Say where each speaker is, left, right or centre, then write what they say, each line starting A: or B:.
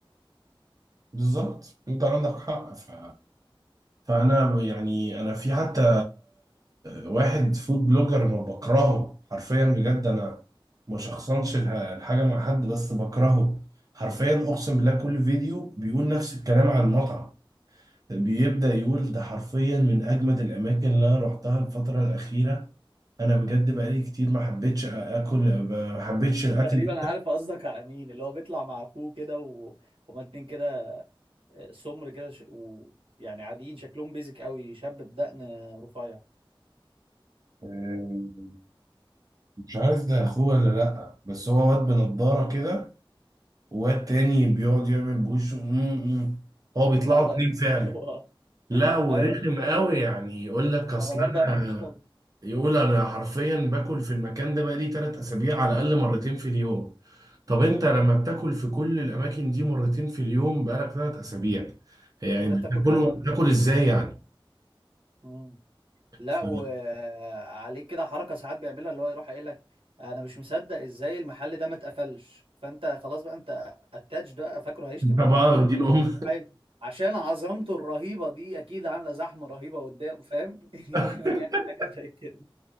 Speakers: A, on the right; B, on the right.
A: بالظبط انت عندك حق ف فانا يعني انا في حتى واحد فود بلوجر ما بكرهه حرفيا بجد انا ما شخصنش الح- الحاجه مع حد بس بكرهه حرفيا اقسم بالله كل فيديو بيقول نفس الكلام عن مطعم بيبدا يقول ده حرفيا من اجمد الاماكن اللي انا رحتها الفتره الاخيره انا بجد بقالي كتير ما حبيتش اكل ما حبيتش
B: <laughs>
A: الاكل
B: تقريبا عارف قصدك على مين اللي هو بيطلع مع اخوه كده و... هما اتنين كده آه، سمر كده ش... و... يعني عاديين شكلهم بيزك قوي شاب بدقن رفيع
A: آه، مش عارف ده اخوه ولا لا بس هو واد بنضاره كده والتاني بيقعد يعمل بوشه مم، مم. هو بيطلعوا
B: اه غالبا
A: اتنين فعلا
B: <laughs> هو
A: لا ورخم
B: ايوه غالبا
A: قوي
B: هو
A: يعني يقول لك اصل
B: انا برضه ما بحبوش
A: انا
B: خالص
A: يقول انا حرفيا باكل في المكان ده بقالي تلات اسابيع على الاقل مرتين في اليوم طب انت لما بتاكل في كل الاماكن دي مرتين في اليوم بقالك تلات اسابيع يعني
B: انت كده
A: بتاكلهم
B: بتاكل كام وجبه؟
A: بتاكل ازاي يعني
B: مم. لا
A: ف-
B: وعليه كده حركه ساعات بيعملها اللي هو يروح قايل لك انا مش مصدق ازاي المحل ده ما اتقفلش فانت خلاص بقى انت اتاتش ده فاكره هيشتم
A: انت
B: في
A: بقى
B: المحل
A: واخدين ام
B: يروح قايل عشان عظمته الرهيبه دي اكيد عامله زحمه رهيبه قدام فاهم <laughs> دايما
A: <laughs>
B: يعني حاجه زي كده